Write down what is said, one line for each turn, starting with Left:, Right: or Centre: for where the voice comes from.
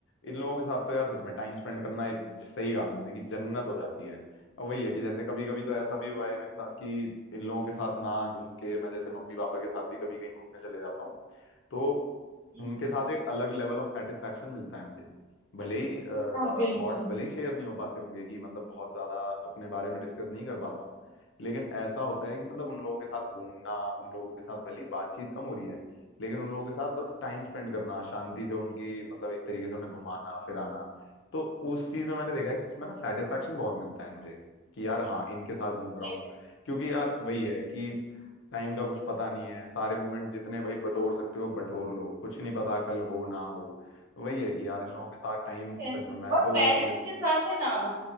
Left: इन लोगों के साथ तो यार सच में टाइम स्पेंड करना एक सही कहा तुमने कि जन्नत हो जाती है अब वही है कि जैसे कभी कभी तो ऐसा भी हुआ है मेरे साथ कि इन लोगों के साथ ना घूम के मैं जैसे मम्मी पापा के साथ भी कभी कहीं घूमने चले जाता हूँ तो
Right: हम्म,
Left: उनके साथ एक अलग लेवल ऑफ सेटिस्फेक्शन मिलता है मुझे भले ही अ,
Right: हाँ,
Left: ज्यादा
Right: बिल्कुल
Left: थॉट्स भले ही शेयर नहीं हो पाते होंगे कि मतलब बहुत ज्यादा अपने बारे में डिस्कस नहीं कर पाता हूँ लेकिन ऐसा होता है कि मतलब उन लोगों के साथ घूमना उन लोगों के साथ भले ही बातचीत कम हो रही है लेकिन उन लोगों के साथ बस टाइम स्पेंड करना शांति से उनकी मतलब एक तरीके से उन्हें घुमाना फिराना तो उस चीज में मैंने देखा है कि उसमें ना सेटिस्फेक्शन बहुत मिलता है मुझे कि यार हाँ इनके साथ घूम रहा
Right: सही
Left: हूँ क्योंकि यार वही है कि टाइम का कुछ पता नहीं है सारे मोमेंट जितने भाई बटोर सकते हो बटोर लो कुछ नहीं पता कल हो ना हो वही है कि यार इन लोगों के साथ टाइम
Right: में।
Left: सच में मैं
Right: और
Left: तो
Right: पेरेंट्स
Left: ये
Right: के साथ है ना